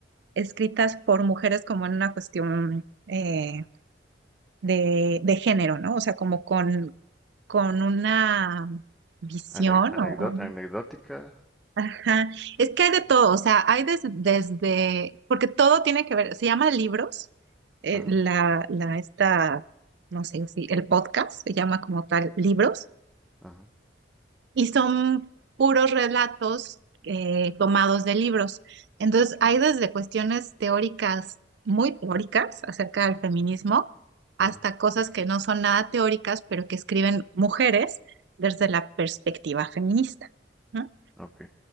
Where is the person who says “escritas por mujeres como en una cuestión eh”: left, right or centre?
Right